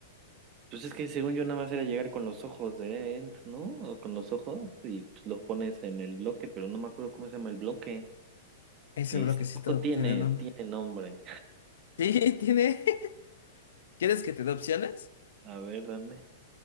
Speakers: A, on the right (about 25°); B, on the left (about 85°).
A: pues es que según yo nada más era llegar con los ojos de End, ¿no? O con los ojos y pues, los pones en el bloque, pero no me acuerdo cómo se llama el bloque.
B: Ese
A: Este
B: bloquecito
A: tampoco tiene,
B: tiene nombre.
A: tiene
B: <laughs>
A: nombre.
B: Sí, tiene. <laughs> ¿Quieres que te dé opciones?
A: A ver, dame.